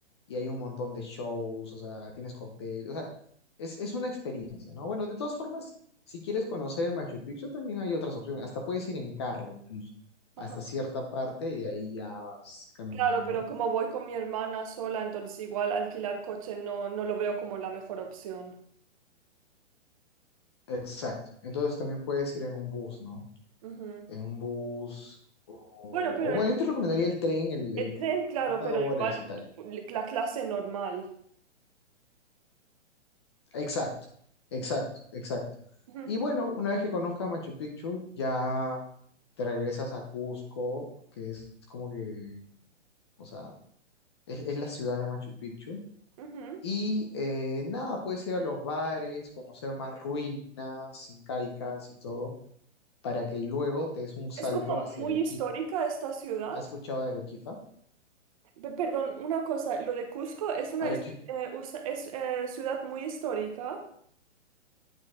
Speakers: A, on the left (about 20°); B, on the right (about 30°).
A: y hay un montón de shows, o sea, tienes cóctel, o sea, es, es una experiencia, ¿no? Bueno, de todas formas, si quieres conocer el Machu Picchu, también hay otras opciones, hasta puedes ir en carro incluso,
B: Ajá.
A: hasta cierta parte y de ahí ya vas caminando.
B: Claro, pero como voy con mi hermana sola, entonces igual alquilar coche no, no lo veo como la mejor opción.
A: Exacto, entonces también puedes ir en un bus, ¿no?
B: Ujú.
A: En un bus, o,
B: Bueno, Sí. pero
A: o bueno,
B: el,
A: yo te recomendaría el tren, el,
B: el
A: el
B: tren, claro,
A: 50
B: pero
A: dólares
B: igual
A: y tal.
B: la clase normal.
A: Exacto, exacto, exacto.
B: Ujú,
A: Y bueno, una vez que conozcas Machu Picchu, ya te regresas a Cusco, que es como que, o sea, es, es la ciudad de Machu Picchu.
B: ujú.
A: Y eh, nada, puedes ir a los bares, conocer más ruinas incaicas y todo, para que luego te des un salto
B: Es como
A: hacia
B: muy
A: Arequipa.
B: histórica esta ciudad.
A: ¿Has escuchado de Arequipa?
B: Pe- perdón, una cosa, lo de Cusco es una
A: Arequipa.
B: his- eh, usa- es, eh, ciudad muy histórica.